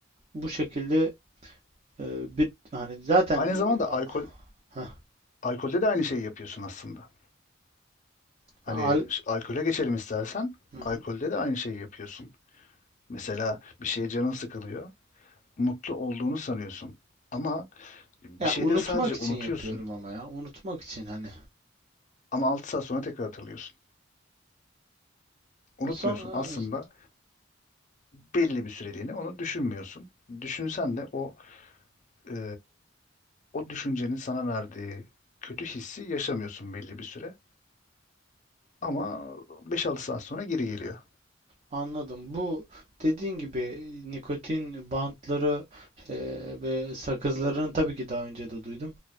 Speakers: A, on the right (about 35°); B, on the left (about 40°).
A: bu şekilde e, bir hani zaten
B: Aynı
A: e,
B: zamanda alkol
A: heh,
B: alkolde de aynı şeyi yapıyorsun aslında. Hani
A: al-
B: ş- alkole geçelim istersen
A: Hı
B: alkolde
A: hı.
B: de aynı şeyi yapıyorsun. Mesela bir şeye canın sıkılıyor. Mutlu olduğunu sanıyorsun. Ama bir
A: Ya
B: şeyde
A: unutmak
B: sadece
A: için
B: unutuyorsun.
A: yapıyorum ama ya unutmak için hani.
B: Ama 6 saat sonra tekrar hatırlıyorsun. Unutmuyorsun
A: Son Heh,
B: aslında belli bir süreliğine onu düşünmüyorsun. Düşünsen de o e, o düşüncenin sana verdiği kötü hissi yaşamıyorsun belli bir süre. Ama beş altı saat sonra geri geliyor.
A: anladım. Bu dediğin gibi nikotin bantları e, ve sakızlarını tabii ki daha önce de duydum.